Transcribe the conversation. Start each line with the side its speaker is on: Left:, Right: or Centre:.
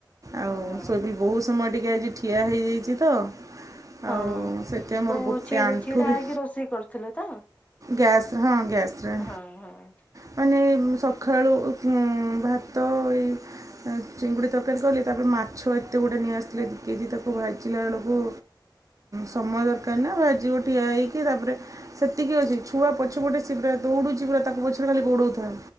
Right: ଆଉ
Left: ହଁ।
Right: ଶୋଇଥିଲି ବହୁତ ସମୟ ଟିକେ ଆଜି ଠିଆ ହେଇଯାଇଛି ତ।
Left: ହଁ,
Right: ଆଉ ସେଥିପାଇଁ ମୋର
Left: ଓ
Right: ଗୋଟେ
Left: ଛିଡ଼ା
Right: ଆଣ୍ଠୁ
Left: ଛିଡ଼ା
Right: ବି
Left: ହେଇକି ରୋଷେଇ କରୁଥିଲେ ତ?
Right: ଗ୍ୟାସ୍ ହଁ ଗ୍ୟାସ୍ ରେ।
Left: ଓହୋ।
Right: ମାନେ ସଖାଳୁ ଭାତ ଏଇ ଏ ଚିଙ୍ଗୁଡ଼ି ତରକାରୀ କଲି, ତାପରେ ମାଛ ଏତେ ଗୁଡ଼େ ନେଇଆସିଥିଲେ ଦି କେଜି ତାକୁ ଭାଜିଲା ବେଳକୁ ସମୟ ଦରକାର ନା, ଭାଜିବ ଠିଆ ହେଇକି ତାପରେ ସେତିକି ଅଛି ଛୁଆ ପଛ ପଟେ ସେ ପୁରା ଦୌଡ଼ୁଛି ପୁରା ତାକୁ ପଛରେ ଖାଲି ଗୋଡ଼ଉଥା।